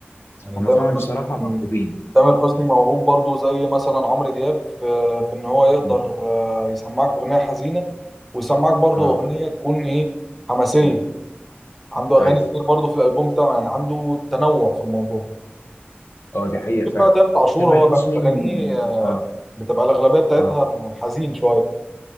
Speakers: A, in the centre; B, on the left.
A: يعني
B: هما
A: تامر
B: فعلا
A: حسني
B: بصراحة موهوبين
A: تامر حسني موهوب برضو زي مثلا عمرو دياب في, في ان هو يقدر
B: مم.
A: آه يسمعك اغنية حزينة ويسمعك برضو
B: اه
A: اغنية تكون ايه حماسية
B: مم.
A: عنده اغاني
B: أيوه
A: كتير برضو في الالبوم بتاعه يعني عنده تنوع في الموضوع
B: اه دي حقيقة
A: شوف
B: فعلا
A: بقى تامر عاشور
B: تامر
A: هو
B: حسني
A: اغانيه آه،
B: اه
A: بتبقى الاغلبية بتاعتها
B: اه
A: حزين شوية